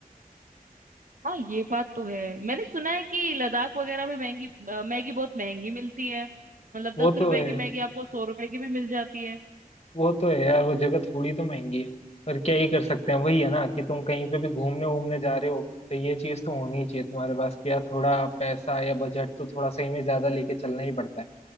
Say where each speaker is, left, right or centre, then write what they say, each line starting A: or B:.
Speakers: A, on the right; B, on the left.
A: हाँ ये बात तो है मैंने सुना है कि लद्दाख वगैरह में महंगी अ, मैगी बहुत महंगी मिलती है मतलब
B: वो
A: दस
B: तो
A: रुपए
B: है
A: की मैगी आपको सौ रुपए की भी मिल जाती है
B: वो तो है यार वो जगह थोड़ी तो महंगी है पर क्या ही कर सकते हैं वही है ना कि तुम कहीं पे भी घूमने वूमने जा रहे हो तो ये चीज तो होनी ही चाहिए तुम्हारे पास कि यार थोड़ा पैसा या बजट तो थोड़ा सही में ज्यादा लेके चलना ही पड़ता है